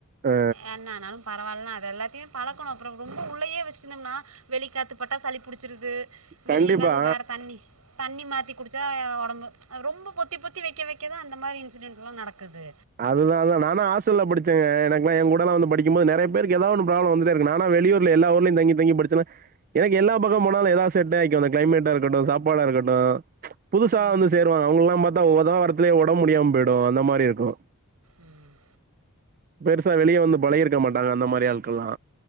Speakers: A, on the right; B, on the right.
A: ஆ
B: என்ன ஆனாலு பரவால்லனு அது எல்லாத்தையு பழக்கணு அப்றோ ரொம்ப உள்ளயே வெச்சிட்ருந்தம்னா வெளி காத்துப்பட்டா சளி புடிச்சிருது
A: கண்டிப்பா
B: வெளி எங்காவது வேற தண்ணி தண்ணி மாத்தி குடிச்சா ஒடம்பு ரொம்ப பொத்தி பொத்தி வெக்க வெக்கதா அந்த மாரி இன்சிடென்ட் எல்லா நடக்குது
A: அதுதாதா நானு ஹாஸ்டல்ல படிச்சங்க எனக்குலா ஏ கூடலா வந்து படிக்கும்போது நெறைய பேருக்கு ஏதாவது ஒரு பிராபுளம் வந்துட்ட இருக்கு நானா வெளியூர் ஸ்கூல்ல எல்லா ஊர்லயு தங்கி தங்கி படிச்சனா எனக்கு எல்லா பக்கம் போனாலு ஏதாவது செட்டே ஆகிக்கு அந்த க்ளைமேட்டா இருக்கட்டு சாப்பாடா இருக்கட்டு புதுசா
B: ம்
A: வந்து சேர்வாங்க அவுங்ளுக்கெல்லா பாத்தா முத வாரத்துலயே ஒடம்பு முடியாம போயிடு அந்த மாரி இருக்கு
B: உம்
A: பெருசா வெளிய வந்து பழகி இருக்க மாட்டாங்க அந்த மாரி ஆட்கள்லா